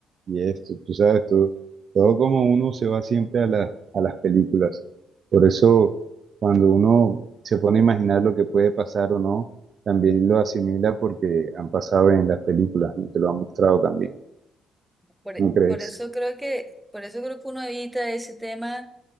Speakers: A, on the right; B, in the centre.
A: y esto, tú sabes, todo, todo como uno se va siempre a la- a las películas. Por eso, cuando uno se pone a imaginar lo que puede pasar o no, también lo asimila porque han pasado en las películas, ¿no? Te lo han mostrado también,
B: Por,
A: ¿no crees?
B: por eso creo que, por eso creo que uno evita ese tema.